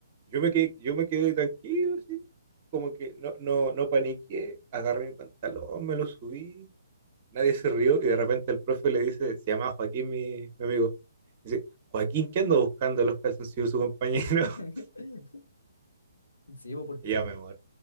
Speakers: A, on the right; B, on the left.
A: Yo me quedé, yo me quedé tranquilo, así, como que no, no, no paniqué, agarré mi pantalón, me lo subí, nadie se rió, y de repente el profe le dice, se llama Joaquín, mi, mi amigo, dice, Joaquín, ¿qué anda buscando los calzoncillos de su compañero?
B: <laughs>
A: <laughs>
B: Sí, bo, porque
A: Y yo
B: eh,
A: me morí.